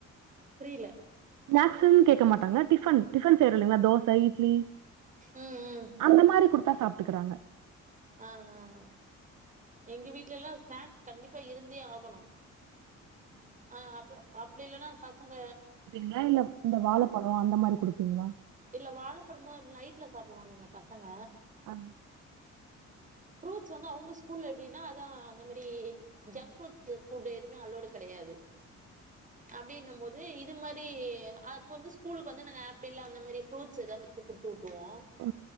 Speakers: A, on the right; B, on the right.
A: புரில
B: ஸ்னாக்ஸுன் கேக்க மாட்டாங்க டிஃபன் டிஃபன் செய்யரோம்ல இல்லைங்க தேச இட்லி
A: ம் ம்
B: அந்த மாரி குடுத்தா சாப்ட்டுக்குறாங்க
A: ஆ ஆ எங்க வீடலல்லாம் ஸ்னாக்ஸ் கண்டிப்பா இருந்தே ஆகணும் ஆ அப்றொ அப்டி இல்லன்னா பசங்க
B: வேற என்ன இந்த வாழப்பழம் அந்த மாரி குடுப்பீங்ளா
A: இல்ல வாழப்பழமோ நைட்ல சாப்டுவானுங்க பசங்க
B: ஆ
A: ஃப்ரூட்ஸ் வந்து அவுங்க ஸ்கூல்ல எப்டின்னா அதான் அந்த மாரி ஜங்க் ஃப்ரூட் ஃபு ஃபுட் எதுவுமே அளோட் கெடையாது அப்டின்னும் போது இது மாரி அப்ப வந்து ஸ்கூலுக்கு வந்து நாங்க ஆப்பிள் அந்த மாரி ஃப்ரூட்ஸ் எதா வச்சு கொடுத்து விட்ருவோம்
B: ஆ